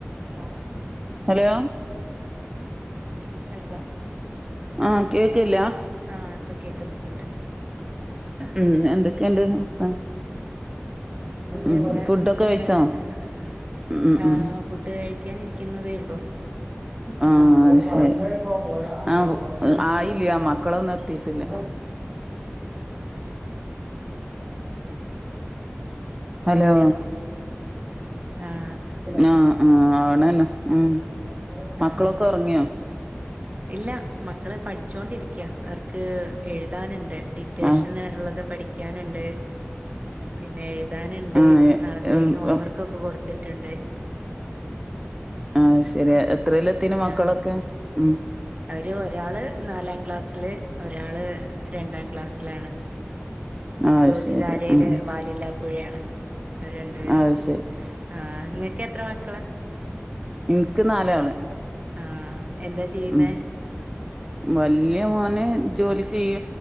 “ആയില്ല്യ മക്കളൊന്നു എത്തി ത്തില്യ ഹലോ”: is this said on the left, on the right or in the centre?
Right